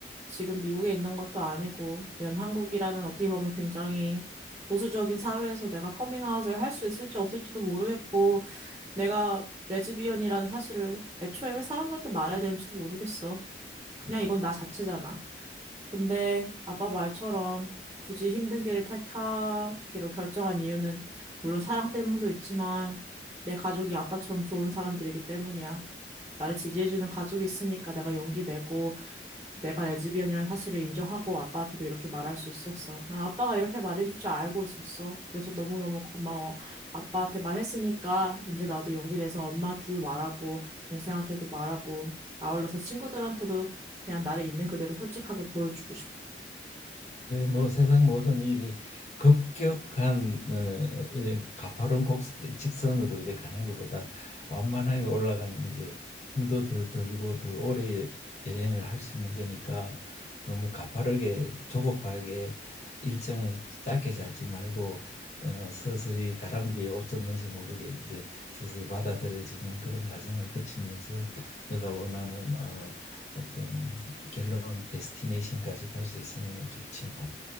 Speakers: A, on the right (about 15°); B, on the left (about 40°).
A: 지금 미국에 있는 것도 아니고 이런 한국이라는 어떻게 보면 굉장히 보수적인 사회에서 내가 커밍아웃을 할 수 있을지 없을지도 모르겠고 내가 레즈비언이라는 사실을 애초에 왜 사람들한테 말해야 되는지도 모르겠어. 그냥
B: 음.
A: 이건 나 자체잖아. 근데 아빠 말처럼 굳이 힘든 길을 택하기로 결정한 이유는 물론 사랑 때문도 있지만 내 가족이 아빠처럼 좋은 사람들이기 때문이야. 나를 지지해주는 가족이 있으니까 내가 용기 내고 내가 레즈비언이라는 사실을 인정하고 아빠한테도 이렇게 말할 수 있었어. 난 아빠가 이렇게 말해줄 줄 알고 있었어. 그래서 너무너무 고마워. 아빠한테 말했으니까 이제 나도 용기내서 엄마한테도 말하고 동생한테도 말하고 아울러서 친구들한테도 그냥 나를 있는 그대로 솔직하게 보여주고 싶어.
B: 그래 뭐 세상 모든 일이 급격한 어, 이런 가파른 곡 직선으로 이렇게 가는 것보다 완만하게 올라가는 게 힘도 더 들고 더 오래 여행을 할 수 있는 거니까 너무 가파르게 조급하게 일정을 짧게 잡지 말고 어, 서서히 가랑비에 옷 젖는지 모르게 이제 서서히 받아들여지는 그런 과정을 거치면서 너가 원하는 어, 어떤 결론 데스티네이션까지 갈 수 있으면 좋지 뭐.